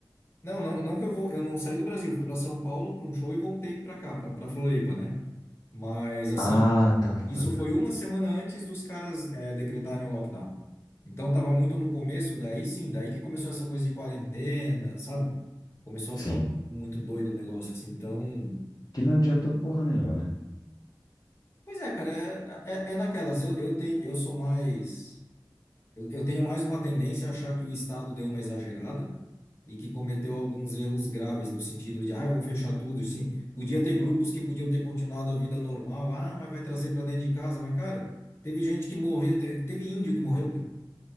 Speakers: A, on the left; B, on the left.
A: Não, não, não que eu vou, eu não saí do Brasil, fui para São Paulo para um show e voltei para cá, para para Floripa, né? Mas, assim,
B: Ah, tá, tá, tá,
A: isso
B: tá.
A: foi uma semana antes dos caras, eh, decretarem o lockdown. Então tava muito no começo, daí sim, daí que começou essa coisa de quarentena, sabe? Começou
B: Sim.
A: a ficar muito doido o negócio, assim, então...
B: Que não adiantou porra nenhuma, né?
A: Pois é, cara, é, é, é naquelas. Eu, eu tenho, eu sou mais. Eu, eu tenho mais uma tendência a achar que o Estado deu uma exagerada e que cometeu alguns erros graves no sentido de, ah, vão fechar tudo. Sim, podia ter grupos que podiam ter continuado a vida normal. Ah, mas vai trazer para dentro de casa. Mas, cara, teve gente que morreu, te- teve índio que morreu, cara.